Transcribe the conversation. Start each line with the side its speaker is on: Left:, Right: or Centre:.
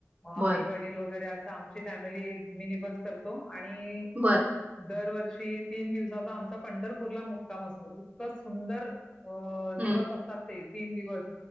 Left: अ
Right: बर
Left: आई, वडील वगैरे असं आमची फॅमिली एक मिनी बस करतो. आणि
Right: बर
Left: दरवर्षी तीन दिवसाचा आमचा पंढरपूरला मुक्काम असतो, इतकं सुंदर अ दिवस
Right: हम्म
Left: असतात ते तीन दिवस